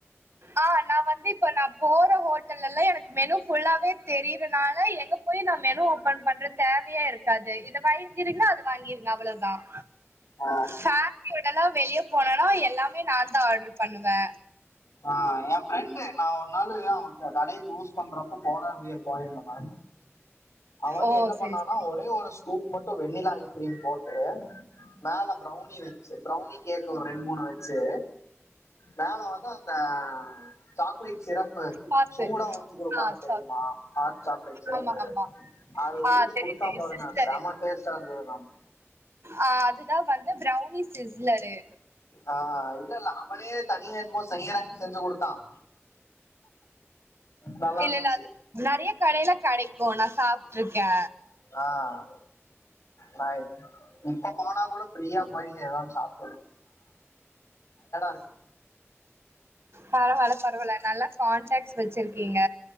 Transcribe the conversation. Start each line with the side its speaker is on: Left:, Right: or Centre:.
Right: ஆ நான் வந்து இப்ப நான் போற ஹோட்டல்ல எல்லாம் எனக்கு மெனு ஃபுல்லாவே தெரியதுனால எங்க போய் நான் மெனு ஓப்பன் பண்ற தேவையா இருக்காது இதை வாங்கிறீங்களா அது வாங்கிருங்க அவ்வளவுதான்
Left: ஓ
Right: ஹப்பிய எப்ப வெளிய போனாலு எல்லாமே நாந்தா ஆர்டர் பண்ணுவே
Left: ஆ என் ஃப்ரெண்டு நா ஒரு நாளு அவ க கடைய க்ளோஸ் பண்றப் ப்ப <unintelligible> போயிருந்த மேம் அவன் வந்து
Right: ஓ!
Left: என்ன பண்ணனா
Right: சரி, சரி.
Left: ஒரே ஒரு ஸ்கூப் மட்டும் வெண்ணிலா ஐஸ்கிரீம் போட்டு மேல ப்ரௌனி வச்சு ப்ரௌனி கேக் ஒரு ரெண்டு மூணு வச்சு மேல வந்து த சாக்லேட் சிரப்பு
Right: சாஸு.
Left: சூடா ஊத்தி குடுப்பாங்க
Right: ஆ
Left: தெரியுமா
Right: சாஸ்.
Left: ஹாட் சாக்லேட் சிரப்பு
Right: ஆமா, ஆமா.
Left: அத
Right: ஆ
Left: ஊத்தி
Right: தெரியும்,
Left: குடுத்தா
Right: தெரியும்.
Left: பாருங்க
Right: சிஸ்லரு.
Left: செமா டேஸ்டா இருந்தது மேம்
Right: ஆ அதுதான் வந்து ப்ரௌனி சிஸ்லரு.
Left: ஆஹ் இல்லல அப்டியே தனியா என்னமோ னக்கு செஞ்சு கொடுத்தான் நல்லா
Right: இல்ல,
Left: இருந்துச்சு
Right: இல்ல. அது நெறைய கடையில கெடைக்கு நா சாப்ட்ருக்கே
Left: ஆஹ் ஹா இப்ப போனா கூட ஃப்ரீயா போயி ஏதன்னு சாப் இருக்கு
Right: பரவால பரவால நல்லா கான்டக்ஸ் வச்சிருக்கீங்க